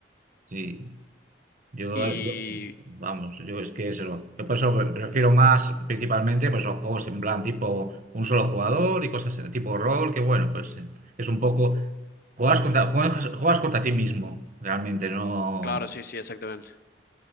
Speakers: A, on the right; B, on the left.
A: Sí. Yo,
B: Y
A: yo- vamos, yo es que es eso. Yo por eso me refiero más principalmente pues, a juegos en plan tipo un solo jugador y cosas de tipo rol, que bueno, pues eh, es un poco. Juegas contra, juegas, juegas contra ti mismo, realmente, no.
B: Claro, sí, sí, exactamente.